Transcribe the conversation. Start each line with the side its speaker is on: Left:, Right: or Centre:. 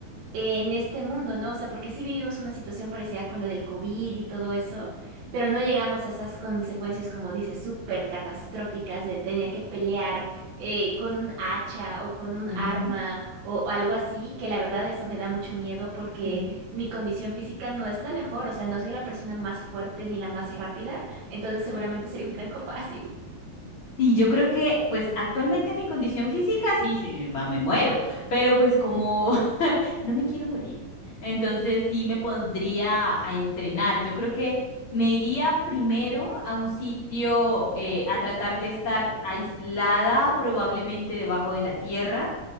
Right: en este mundo, ¿no? O sea, porque sí vivimos una situación parecida con lo del COVID y todo eso, pero no llegamos a esas consecuencias, como dices, súper catastróficas de tener que pelear eh, con un hacha o con un
Left: Ujú.
Right: arma o, o algo así, que la verdad eso me da mucho miedo porque
Left: Mm.
Right: mi condición física no es la mejor, o sea, no soy la persona más fuerte ni la más rápida, entonces seguramente sería un blanco <laughs> fácil.
Left: Y yo creo que, pues actualmente mi condición física, sí, sí, va, me muero, pero pues como no me quiero morir. Entonces sí me pondría a entrenar. Yo creo que me iría primero a un sitio eh, a tratar de estar aislada, probablemente debajo de la tierra.